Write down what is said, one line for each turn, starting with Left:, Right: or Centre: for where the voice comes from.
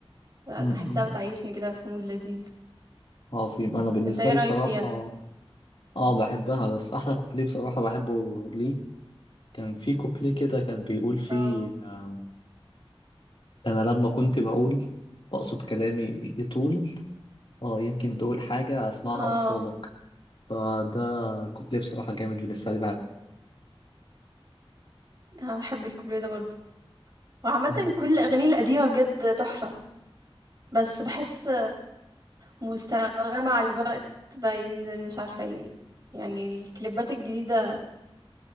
Right: بحسها
Left: م- م.
Right: بتعيشني كده في مود لذيذ
Left: عظيم انا بالنسبه
Right: انت ايه
Left: لي
Right: رأيك
Left: بصراحه
Right: فيها
Left: اه بحبها بس احلى كوبليه بصراحه بحبه ليه كان في كوبليه كده كان بيقول فيه
Right: اه
Left: آه، انا لما كنت بقول بقصد كلامي يطول اه يمكن تقول حاجه اسمعها
Right: اه
Left: اصفالك فده كوبليه بصراحه جامد بالنسبه لي بحبه
Right: انا بحب الكوبليه ده برضو وعامة
Left: م.
Right: كل الاغاني القديمة بجد تحفة بس بحس مستواها مع الوقت بقى ينزل مش عارفة ليه يعني الكليبات الجديدة